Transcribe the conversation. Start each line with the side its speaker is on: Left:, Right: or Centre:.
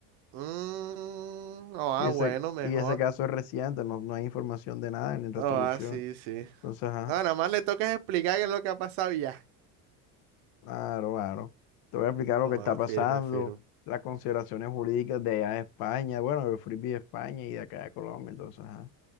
Right: Mm, no, ah,
Left: Y ese,
Right: bueno, mejor.
Left: y ese caso es reciente, no, no hay información de nada ni resolución.
Right: No, ah, sí, sí.
Left: Entonces, ajá.
Right: No, nada más le tocas explicar qué es lo que ha pasado y ya.
Left: Claro, claro. Te voy a explicar lo
Right: No,
Left: que está
Right: ah,
Left: pasando,
Right: firme, firme.
Left: las consideraciones jurídicas de allá de España, bueno, del Frisbee de España y de acá de Colombia, entonces, ajá.